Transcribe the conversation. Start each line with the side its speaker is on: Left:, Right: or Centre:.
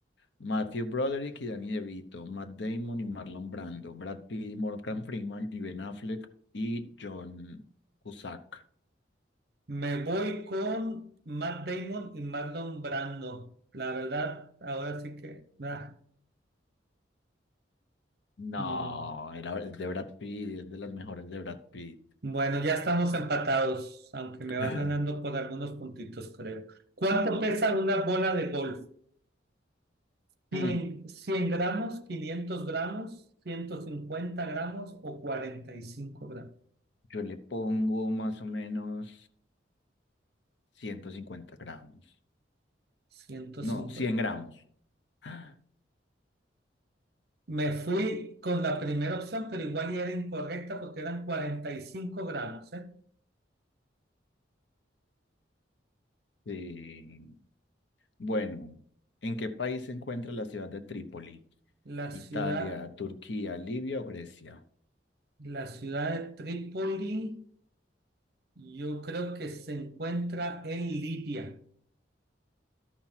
Left: Matthew Broderick y Danny DeVito, Matt Damon y Marlon Brando, Brad Pitt y Morgan Freeman y Ben Affleck y John Cusack.
Right: Me voy con Matt Damon y Marlon Brando. La verdad, ahora sí que, ah,
Left: No,
Right: no.
Left: era, es de Brad Pitt, es de las mejores de Brad Pitt.
Right: Bueno, ya estamos empatados, aunque me
Left: <laughs>
Right: vas ganando por algunos puntitos, creo. ¿Cuánto pesa una bola de golf? ¿100,
Left: Mm,
Right: 100 gramos, 500 gramos, 150 gramos o 45 gramos?
Left: Yo le pongo más o menos 150 gramos.
Right: 150.
Left: No, 100 gramos. <gasps>
Right: Me fui con la primera opción, pero igual y era incorrecta porque eran 45 gramos, ¿eh?
Left: Sí. Bueno, ¿en qué país se encuentra la ciudad de Trípoli?
Right: La ciudad,
Left: ¿Italia, Turquía, Libia o Grecia?
Right: la ciudad de Trípoli, yo creo que se encuentra en Libia.